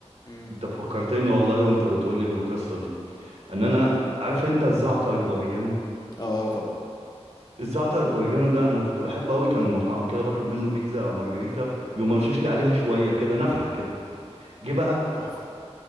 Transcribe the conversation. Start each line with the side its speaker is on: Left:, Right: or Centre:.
Left: امم
Right: انت فكرتني والله وانت بتقول لي بالقصه دي ان انا عارف انت الزعتر الاوريجانو
Left: اه طبعا
Right: الزعتر الاوريجانو ده انا كنت بحبه قوي كان المطعم كده بطلب منه بيتزا مارجريتا يقوم رشش لي عليها شويه كده نفحه كده جه بقى
Left: تحفة